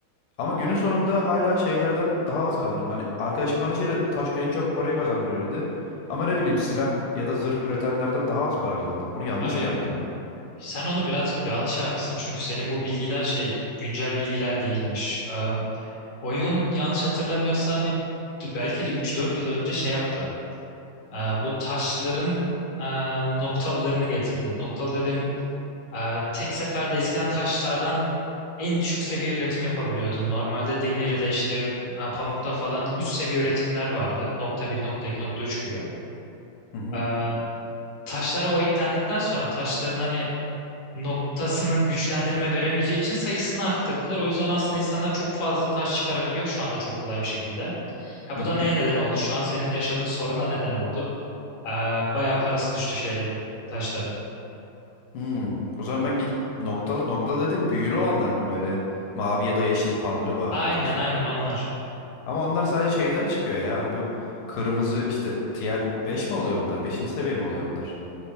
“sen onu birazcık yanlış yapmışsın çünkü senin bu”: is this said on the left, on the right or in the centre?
Left